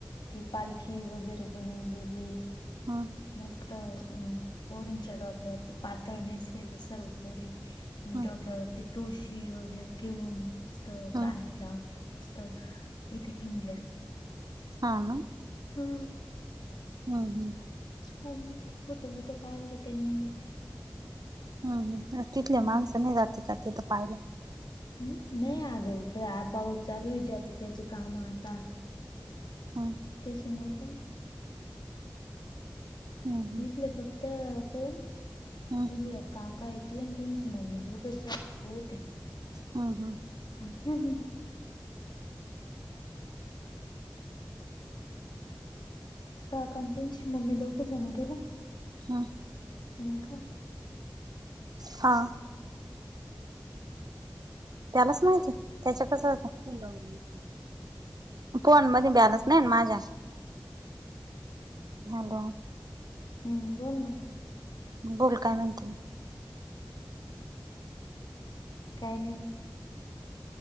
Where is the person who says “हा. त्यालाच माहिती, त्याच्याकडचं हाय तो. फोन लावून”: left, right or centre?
Right